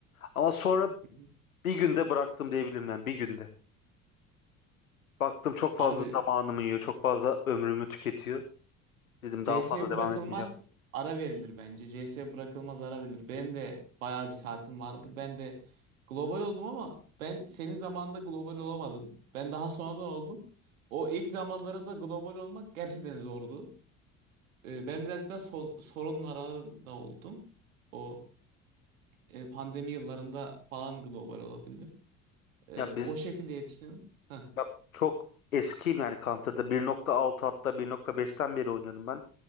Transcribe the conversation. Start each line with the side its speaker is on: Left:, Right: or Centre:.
Left: Ama sonra
Right: Hı hı.
Left: bir günde bıraktım diyebilirim yani bir günde. Baktım çok fazla
Right: Abi
Left: zamanımı yiyor, çok fazla ömrümü tüketiyor. Dedim
Right: CS
Left: daha fazla devam
Right: bırakılmaz
Left: etmeyeceğim.
Right: ara verilir bence. CS bırakılmaz ara verilir. Benim de bayağı bir saatim vardır. Ben de global oldum ama ben senin zamanında global olamadım. Ben daha sonradan oldum. O ilk zamanlarında global olmak gerçekten zordu. Ee, ben biraz daha son, sorunun aralarında oldum. O e, pandemi yıllarında falan global olabildim. Ee,
Left: Ya biz
Right: o şekilde yetiştim. Heh.
Left: ya çok eskiyim yani Counter'da bir nokta altı hatta bir nokta beşten beri oynuyordum ben.